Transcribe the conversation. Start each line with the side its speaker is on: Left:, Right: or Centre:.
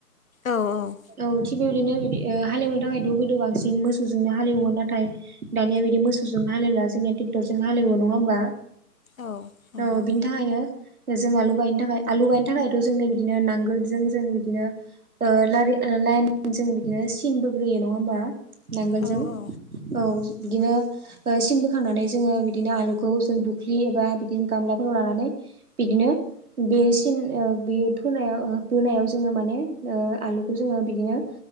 Left: औ औ।
Right: औ थिग बेबायदिनो बिदि ओ हालेवनो थाखायथ' गोदो बांसिन मोसौजोंनो हालेवोमोन नाथाय दानिया बिदि मोसौजों हालेवला जोंनिया ट्रेक्टरजों हालेवो नङा होमबा?
Left: औ नंगौ।
Right: औ बिनि थाखायनो जों आलु गायनो थाखाय आलु गायनो थाखायथ' जोंनो बिदिनो नांगोलजों जों बिदिनो ओ लारि लायेन जों बिदिनो सिनबो बोयो नङा होमबा नांगोलजों
Left: औ औ
Right: औ बिदिनो ओ सिन बोखांनानै जोङो बिदिनो आलुखौ जों दुख्लि एबा बिदिनो गामलाफोराव लानानै बिदिनो बे सिन ओ बे फोनायाव बोनायाव जोङो माने ओ आलुखौ जोङो बिदिनो